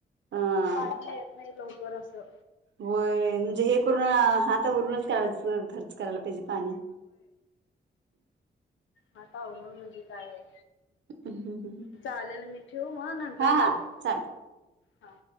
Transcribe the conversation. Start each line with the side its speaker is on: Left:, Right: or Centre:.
Right: हा.
Left: पाणी येत नाही लवकर असं.
Right: होय, म्हणजे हे करून हातावरूनच करायच खर्च करायला पहिजे पाणी.
Left: हातआवरून म्हणजे काय आहे.
Right: हम् हम.
Left: चालेल मी ठेऊ मग नंतर
Right: हा
Left: करते.
Right: हा चालेल.
Left: हा.